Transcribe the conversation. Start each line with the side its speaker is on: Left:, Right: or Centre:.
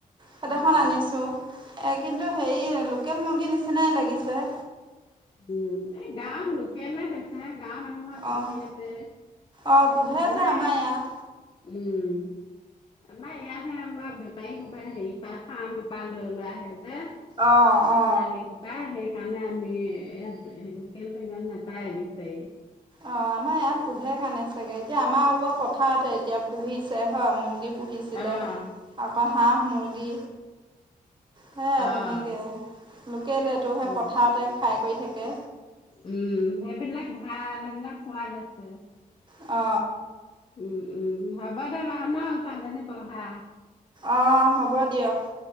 Right: সেইদাখন
Left: অ'।
Right: আনিছো এ কিন্তু হেৰি লোকেল মুৰ্গীৰ নিচিনাই লাগিছে
Left: উম এই গাৱত লোকেলে বেচ গাৱৰ মানুহৰ পোহোনিয়াতে
Right: অ', অ', পোহে
Left: নাই
Right: যে আমাৰ ইয়াত,
Left: উম আমাৰ ইয়াতহে আমাৰ বেপাৰী সোপাই হেৰি পা ফাৰ্মৰ পা লৈ লোৱা আহে যে
Right: অ', অ'।
Left: চুণালী সোপা সেই কাৰণে আমি ইয়াত লোকেলটো ইমান নাপায় বিচাৰি
Right: অ আমাৰ ইয়াত পোহে কাৰণে চাগে এতিয়া আমাৰ ওৱা পথাৰতে এতিয়া পুহিছে হয় মুৰ্গী পুহিছিলে
Left: অ',
Right: আকৌ হাঁহ মুৰ্গী সেয়া
Left: অ',
Right: তেনেকে আউ লোকেলেটো সে
Left: উম।
Right: পথাৰতে খাই কৰি থাকে
Left: উম সেইবিলাক ভাল সেইবিলাক সোৱাদ আছে
Right: অ
Left: উম উম হব দে মা ন, ছোৱালী জনী পঢ়া।
Right: অঁ হ'ব দিয়ক।